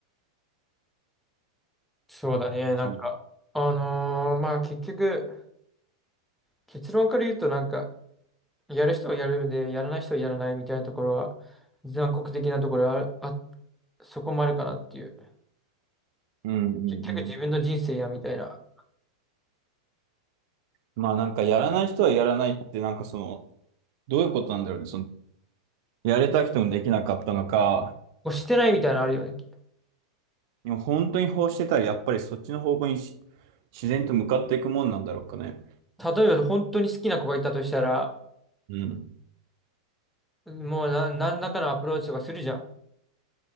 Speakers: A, in the centre; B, on the right.
A: そうだね。なんか、
B: うん
A: あのーまあ結局、結論から言うとなんか、やる人はやるで、やらない人はやらないみたいなところは、残酷的なところはあ、あそこもあるかなっていう。
B: うんうんうん。
A: 結局自分の人生やみたいな。
B: まあなんかやらない人はやらないって、なんかその、どういうことなんだろうね。その、やれたくてもできなかったのか、
A: こうしてないみたいなのあるよね。
B: でも本当に欲してたらやっぱりそっちの方向にし自然と向かっていくもんなんだろうかね。
A: 例えば本当に好きな子がいたとしたら、
B: うん。
A: もうな何らかのアプローチとかするじゃん。